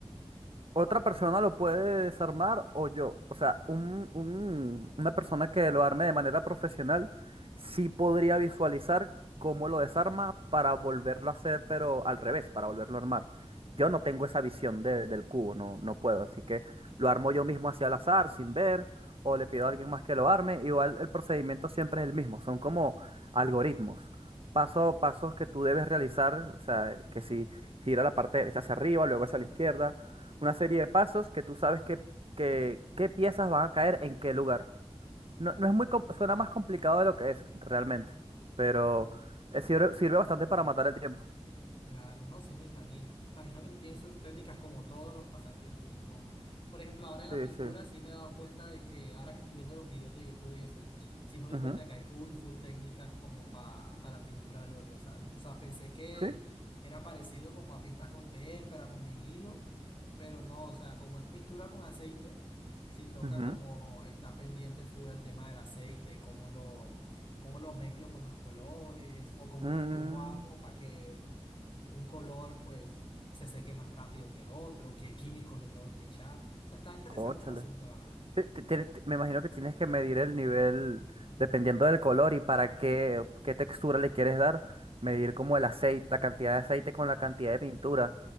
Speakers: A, on the right (about 55°); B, on the left (about 50°).
A: Otra persona lo puede desarmar o yo. O sea, un, un- una persona que lo arme de manera profesional sí podría visualizar cómo lo desarma para volverlo a hacer, pero al revés, para volverlo a armar. Yo no tengo esa visión de- del cubo, no, no puedo. Así que lo armo yo mismo hacia al azar, sin ver, o le pido a alguien más que lo arme. Igual el procedimiento siempre es el mismo. Son como algoritmos. Paso, pasos que tú debes realizar. O sea, que si gira la parte derecha hacia arriba, luego hacia la izquierda una serie de pasos que tú sabes que, que- qué piezas van a caer en qué lugar. No, no es muy, com- suena más complicado de lo que es realmente, pero eh, sirve, sirve bastante para matar el tiempo.
B: Claro, no, sí me imagino. Imagino que sí tienen sus técnicas como todos los pasatiempos, supongo. Por ejemplo, ahora en la
A: Sí,
B: pintura
A: sí.
B: sí me he dado cuenta de que ahora que estoy viendo los videos de YouTube y eso, sí me doy
A: Ujú,
B: cuenta de que hay full, full técnicas como pa- para pintura al óleo, ¿sabes? O sea, pensé que
A: Sí.
B: era parecido como a pintar con témpera, con vinilo, pero no, o sea, como es pintura con aceite, sí toca
A: Ujú.
B: como está pendiente full el tema del aceite y cómo lo... cómo lo mezclo con los colores o cómo,
A: Mm,
B: cómo hago para que un color pues se seque más rápido que el otro, qué químicos le tengo que echar. O sea, está interesante
A: cónchale.
B: el asunto, la verdad.
A: Sí, ti- tienes- ti- me imagino que tienes que medir el nivel, dependiendo del color y para qué, qué textura le quieres dar, medir como el aceite, la cantidad de aceite con la cantidad de pintura.